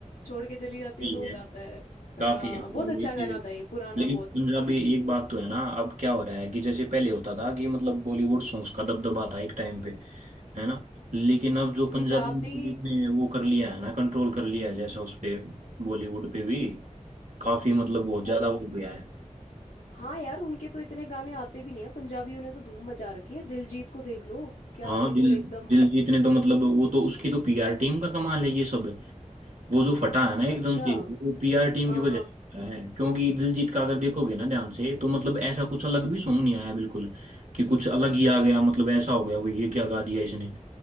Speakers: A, on the left (about 80°); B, on the right (about 70°).
A: छोड़ के चली जाती
B: यही
A: है तो वो
B: है
A: गाता है
B: काफी
A: हाँ
B: है मतलब
A: बहुत अच्छा गाना था ये पुराना
B: लेकिन
A: बहुत
B: पंजाबी एक बात तो है ना अब क्या हो रहा है कि जैसे पहले होता था कि मतलब बॉलीवुड सॉन्ग्स का दबदबा था एक टाइम पे है ना लेकिन अब जो
A: पंजाबी
B: पंजाबी म्यूजिक ने वो कर लिया है ना कंट्रोल कर लिया है जैसा उस पे बॉलीवुड पे भी काफी मतलब
A: वो
B: बहुत ज्यादा हो गया है
A: हाँ यार उनके तो इतने गाने आते भी नहीं है पंजाबियों ने तो धूम मचा रखी है दिलजीत को देख लो क्या
B: हाँ
A: बिल्कुल
B: दिल
A: एकदम
B: दिलजीत ने तो मतलब वो तो उसकी तो पीआर टीम का कमाल है ये सब वो जो फटा है ना एकदम
A: अच्छा
B: से वो पीआर टीम
A: हाँ
B: की वजह
A: हाँ
B: से फटा है क्योंकि दिलजीत का अगर देखोगे ना ध्यान से तो मतलब ऐसा कुछ अलग भी सॉन्ग नहीं आया बिल्कुल कि कुछ अलग ही आ गया मतलब ऐसा हो गया वो ये क्या गा दिया इसने